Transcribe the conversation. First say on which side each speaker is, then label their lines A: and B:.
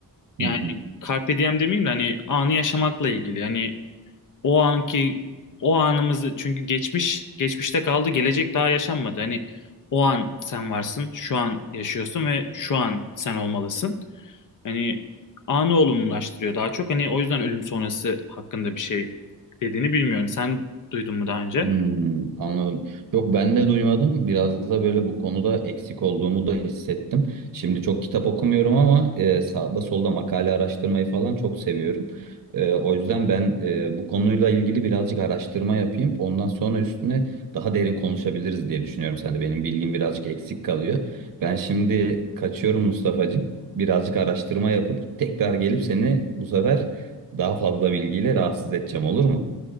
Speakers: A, on the left; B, on the right.
A: Yani
B: Hı hı.
A: carpe diem demeyeyim de hani anı yaşamakla ilgili. Hani o anki o anımızı çünkü geçmiş geçmişte kaldı, gelecek daha yaşanmadı. Hani o an sen varsın, şu an yaşıyorsun ve şu an sen olmalısın. Hani anı olumlulaştırıyor daha çok. Hani o yüzden ölüm sonrası hakkında bir şey dediğini bilmiyorum. Sen duydun mu daha önce?
B: Hmm, anladım. Yok ben de duymadım. Biraz da böyle bu konuda eksik olduğumu da hissettim. Şimdi çok kitap okumuyorum ama e, sağda solda makale araştırmayı falan çok seviyorum. E, o yüzden ben e, bu konuyla ilgili birazcık araştırma yapayım. Ondan sonra üstüne daha derin konuşabiliriz diye düşünüyorum. Sen de benim bilgim birazcık eksik kalıyor. Ben şimdi kaçıyorum Mustafa'cığım. Birazcık araştırma yapıp tekrar gelip seni bu sefer daha fazla bilgiyle rahatsız edeceğim olur mu?